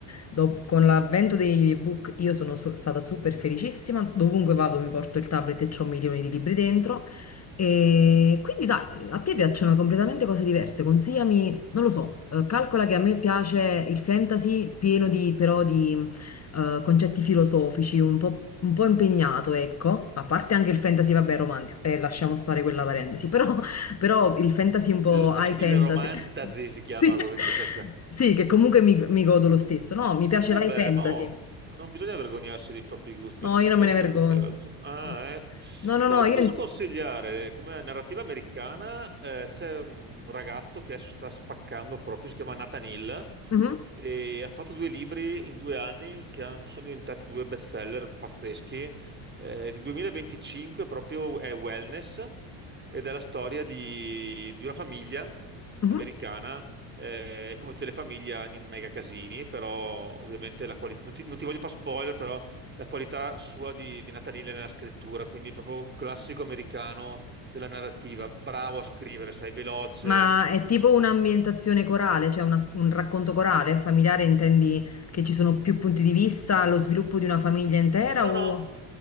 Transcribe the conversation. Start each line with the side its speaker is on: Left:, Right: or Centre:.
Left: dop- con l'avvento degli ebook io sono so- stata super felicissima, dovunque vado mi porto il tablet e ho milioni di libri dentro. E quindi dai, a te piacciono completamente cose diverse, consigliami non lo so, eh, calcola che a me piace il fantasy pieno di, però di eh, concetti filosofici, un po', un po' impegnato, ecco, a parte anche il fantasy, vabbè, romantico, e lasciamo stare quella parentesi, <laughs> però, però il fantasy un po'
Right: il,
Left: high
Right: <laughs>
Left: fantasy,
Right: il romantasy
Left: <laughs>
Right: si chiama
Left: sì,
Right: quello che ti piace a te.
Left: sì, che comunque mi, mi godo lo stesso, no, mi piace
Right: Vabbè,
Left: l'high fantasy,
Right: ma oh, non bisogna vergognarsi dei propri gusti,
Left: no,
Right: ma ci mancherebbe
Left: io non me ne vergogno,
Right: anche altro. Ah,
Left: no,
Right: ecco.
Left: no, no,
Right: No,
Left: no,
Right: ti
Left: io...
Right: posso consigliare, come narrativa americana, eh, c'è un ragazzo che adesso sta spaccando proprio, si chiama Nathan Hill,
Left: Mhm,
Right: e ha fatto due libri in due anni che han- sono diventati due bestseller pazzeschi. Eh, del 2025 proprio è Wellness ed è la storia di, di una famiglia
Left: mhm.
Right: americana eh, e come tutte le famiglie hanno i mega casini, però ovviamente la qualità, non ti, non ti voglio fare spoiler, però la qualità sua di, di Nathanille nella scrittura, quindi proprio un classico americano della narrativa, bravo a scrivere, sai, veloce.
Left: Ma è tipo un'ambientazione corale, cioè una- un racconto corale, familiare, intendi che ci sono più punti di vista allo sviluppo di una famiglia intera
Right: No,
Left: o...
Right: no,